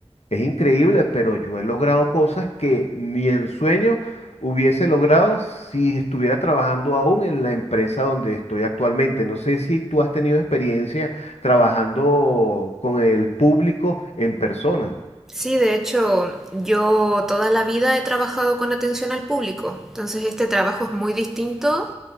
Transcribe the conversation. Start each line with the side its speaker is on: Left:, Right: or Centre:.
Left: es increíble, pero yo he logrado cosas que ni en sueños hubiese logrado si estuviera trabajando aún en la empresa donde estoy actualmente. No sé si tú has tenido experiencia trabajando con el público en persona.
Centre: Sí, de hecho, yo toda la vida he trabajado con atención al público, entonces este trabajo es muy distinto